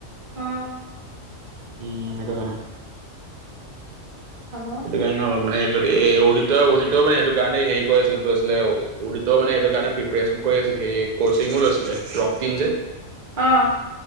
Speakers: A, on the right (about 45°); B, on the right (about 75°).
A: অ।
B: উম সেইটো কাৰনে।
A: হ'ব।
B: সেইকাৰণে মানে যদি এ উডিত উডিত মানে সেইটো কাৰণে হেৰি কৰি আছিলে আছিলে ত' মানে সেইটো কাৰণে প্ৰিপাৰেচন কৰি আছিলে সে কচিঙো লৈছিলে ৰকটিম যে।
A: অৱ।